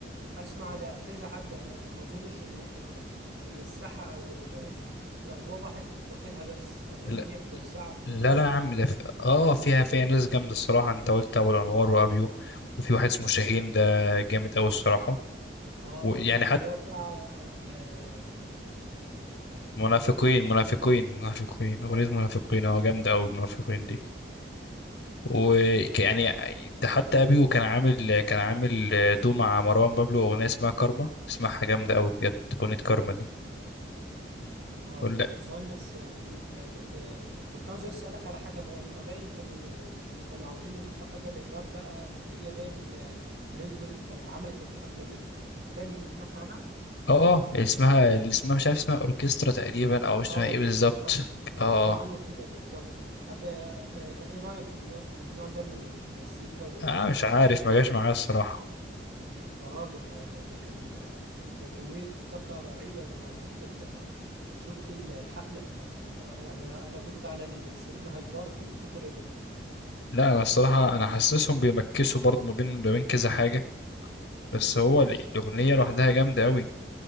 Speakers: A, on the right; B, on the left.
A: اسمع على كذا حد انا ما اظنش ان ان ان الساحه او ال- الاضواء واحد واخدها بس اظن
B: لا
A: هي متوزعه بالتوازي
B: لا لا يا عم
A: على
B: ده في... اه فيها فيها ناس جامدة الصراحة انت قلت ابو الانوار وابيو وفي واحد اسمه شاهين ده جامد قوي الصراحة
A: اه
B: ويعني
A: آه،
B: حتى
A: اللي هو بتاع آه، آه، انا <laughs>
B: منافقين
A: مش عارف اللي هو بيقول
B: منافقين
A: لك
B: منافقين
A: اه
B: اغنية منافقين
A: ب-
B: اه جامدة قوي منافقين دي ويعني حتى ابيو كان عامل كان عامل دو مع مروان بابلو اغنيه اسمها كارما اسمها جامده قوي بجد اغنيه كارما دي
A: اه
B: ولا
A: ب- بثواني بس آم، آه، ب- آه، انا كنت عاوز اسالك على حاجه هو ما باين كانوا كانوا عاوزين يضيفوا حاجه للراب بقى اللي هي باين آه، ريد بول كانت عملت الحفله دي باين سمعت عنها
B: اه اه اسمها اللي اسمها مش عارف اسمها اوركسترا تقريبا او اسمها
A: اه
B: ايه
A: بالظبط
B: بالظبط
A: الله
B: اه
A: هي كده بالظبط أب... آه، ايه رايك في النوع في النوع ده من المزيكا وال...
B: اه آه، مش عارف ما جاش معايا الصراحه
A: يا راجل ده ده ده كان ده كميه طاقه رهيبه ده انا شفت ال... شفت ال- الحفلة في... آه، يعني أنا كنت على السرير هايبرت من كتر ال
B: لا انا الصراحه
A: آه،
B: انا حاسسهم بيمكسوا برضو ما بين ما بين كذا حاجه بس هو ال- الاغنيه لوحدها جامده قوي